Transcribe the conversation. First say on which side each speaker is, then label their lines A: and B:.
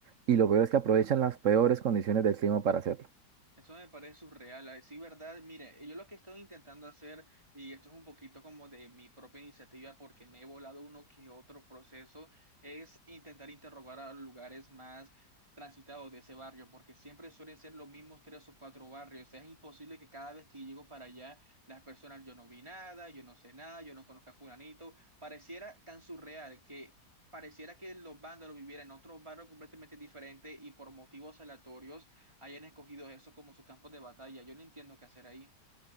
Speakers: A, on the right; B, on the right.
A: Y lo peor es que aprovechan las peores condiciones del clima para hacerlo.
B: Eso me parece surreal, a decir verdad. Mire, yo lo que he estado intentando hacer, y esto es un poquito como de mi propia iniciativa porque me he volado uno que otro proceso, es intentar interrogar a los lugares más transitados de ese barrio, porque siempre suelen ser los mismos tres o cuatro barrios. Es imposible que cada vez que llego para allá, las personas, yo no vi nada, yo no sé nada, yo no conozco a fulanito. Pareciera tan surreal que... Pareciera que los vándalos vivieran en otros barrios completamente diferentes y por motivos aleatorios hayan escogido eso como sus campos de batalla. Yo no entiendo qué hacer ahí.